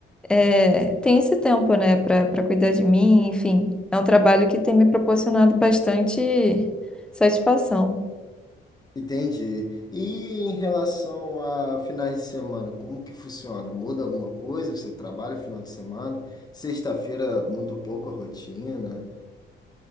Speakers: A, in the centre; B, on the left.
A: é, tem esse tempo, né, para para cuidar de mim, enfim. É um trabalho que tem me proporcionado bastante satisfação.
B: Entendi. E em relação a finais de semana, como que funciona? Muda alguma coisa? Você trabalha final de semana? Sexta-feira muda um pouco a rotina.